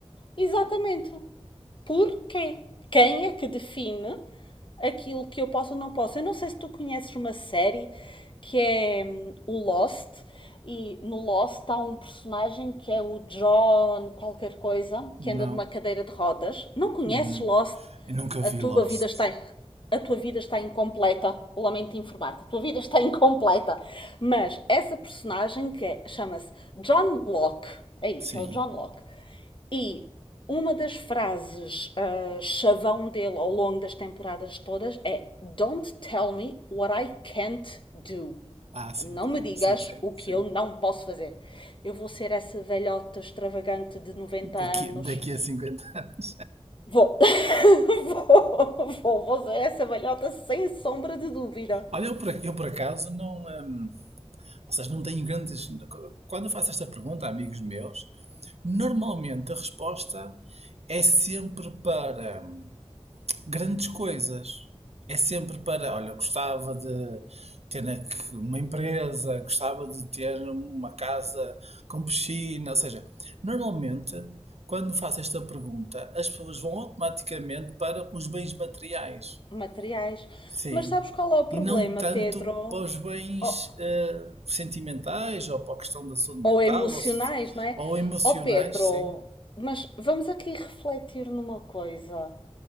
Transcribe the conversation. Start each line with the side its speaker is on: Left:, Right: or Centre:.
Left: Exatamente. Porquê? Quem é que define aquilo que eu posso ou não posso? Eu não sei se tu conheces uma série que é hum, o Lost, e no Lost há um personagem que é o John qualquer coisa,
Right: Não.
Left: que anda numa cadeira de rodas. Não conheces
Right: Hum.
Left: Lost?
Right: Eu nunca vi
Left: A tua
Right: Lost.
Left: vida está, a tua vida está incompleta. Lamento informar-te, a tua vida está <laughs> incompleta. Mas essa personagem que é- chama-se John Locke, é isso,
Right: Sim.
Left: é o John Locke. E uma das frases ah, chavão dele ao longo das temporadas todas é Don't tell me what I can't do.
Right: Ah, sim,
Left: Não
Right: claro.
Left: me digas
Right: Sim, sim,
Left: o que
Right: sim.
Left: eu não posso fazer. Eu vou ser essa velhota extravagante de 90
Right: Daqui,
Left: anos.
Right: daqui a cinquenta. anos.
Left: Vou. <laughs> vou, vou, vou ser essa velhota sem sombra de dúvida.
Right: Olha, eu por, eu por acaso não. hum, ou seja, não tenho grandes. Quando eu faço esta pergunta a amigos meus, normalmente a resposta é sempre para. hum, grandes coisas. É sempre para, olha, gostava de ter aqui uma empresa, gostava de ter uma casa com piscina. Ou seja, normalmente, quando faço esta pergunta, as pessoas vão automaticamente para os bens materiais.
Left: Materiais.
Right: Sim.
Left: Mas sabes qual é o
Right: E
Left: problema,
Right: não tanto
Left: Pedro?
Right: para os bens
Left: Oh,
Right: eh, sentimentais ou para a questão da saúde
Left: ou
Right: mental
Left: emocionais,
Right: ou, se-
Left: não é?
Right: ou emocionais,
Left: Ó Pedro,
Right: sim.
Left: mas vamos aqui refletir numa coisa.